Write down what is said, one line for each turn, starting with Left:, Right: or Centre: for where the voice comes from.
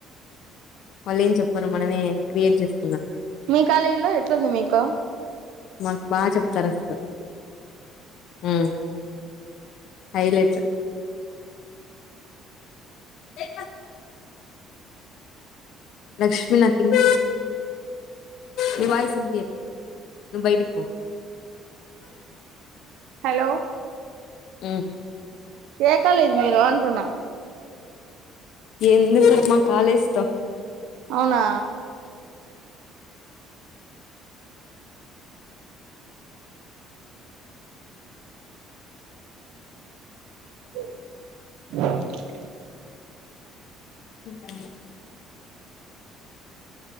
Left: వాళ్ళు ఏం చెప్పారు మనమే క్రియేట్ చేస్త
Right: మీ కళేల్లో ఎట్లుంది మీకు
Left: మాకు బాగా చెప్తారు అసలు హ్మ్ హైలైట్ ఎ లక్ష్మి నా కింత నీ వాయిస్ వినిపియ్యట్లే నువు బయటికి పో
Right: హలో
Left: మ్
Right: ఏ కాలేజీ మీరు అంటున్నా
Left: ఎందుకు మా కాలేజ్తో
Right: అవునా <inaudible>
Left: ఇంకా